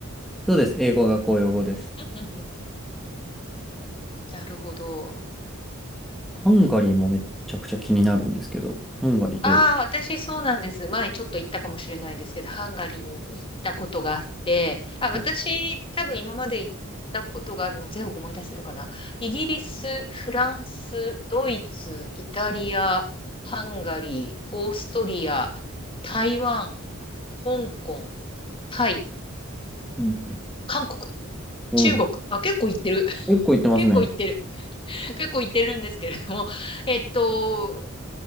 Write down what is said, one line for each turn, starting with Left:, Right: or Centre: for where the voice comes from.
Centre: そうです。英語が公用語です。
Left: うんうんうんなるほど。
Centre: ハンガリーもめっちゃくちゃ気になるんですけど、ハンガリーどう
Left: ああ、私そうなんです。前ちょっと行ったかもしれないですけど、ハンガリーに行ったことがあって、あ、
Centre: はい。
Left: 私多分今まで行ったことがあるの全部思い出せるかな。イギリス、フランス、ドイツ、イタリア、ハンガリー、オーストリア、台湾、香港、タイ、
Centre: うんうん。
Left: 韓国、
Centre: おう
Left: 中国。あ、結構行ってる。<laughs>
Centre: 結構行ってますね。
Left: 結構行ってる。<laughs> 結構行ってるんですけれども。えっと、